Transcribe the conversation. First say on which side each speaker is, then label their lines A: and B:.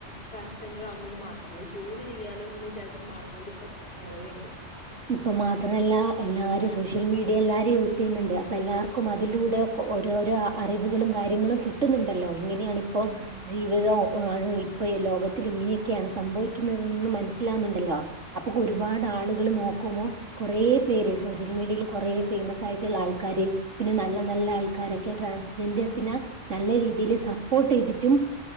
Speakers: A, on the left; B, on the right.
A: ട്രാൻസ്ജെൻഡർ ആവുന്നവർ മാത്രമല്ല ഈ ജോലി ചെയ്യാലോ എന്ന് വിചാരിച്ച് മാറുന്നവരും- അത് നിറയെയുണ്ട്.
B: ഇപ്പോ മാത്രല്ല എല്ലാവരും സോഷ്യൽ മീഡിയ എല്ലാരും യൂസ് ചെയ്യുന്നുണ്ട്. എല്ലാവർക്കും
A: ഉം,
B: അതിലൂടെ
A: ഉം.
B: ഓരോരോ അറിവുകളും കാര്യങ്ങളും കിട്ടു- കിട്ടുന്നുണ്ടല്ലോ ഇങ്ങനെയാണ് ഇപ്പോ
A: ഉം, ഉം.
B: ജീവിതം ആണ് ഇപ്പോ ലോകത്തില് ഇങ്ങനെ- ക്യയാണ് സംഭവിക്കുന്നത് മനസിലാവുന്നുണ്ടല്ലോ അപ്പോ ഒരുപാട്
A: ഉം, ഉം.
B: ആളുകള് നോക്കി മ്പോ കൊറേ പേര് സോഷ്യൽ മീഡിയയിൽ കൊറേ ഫേമസ് ആയിട്ടുള്ള ആൾക്കാര് പിന്നെ നല്ല നല്ല ആൾക്കാരൊക്കെ ട്രാൻസ്ജെൻഡേഴ്സിന നല്ല രീതിയില് സപ്പോർട്ട് ചെയ്തിട്ടും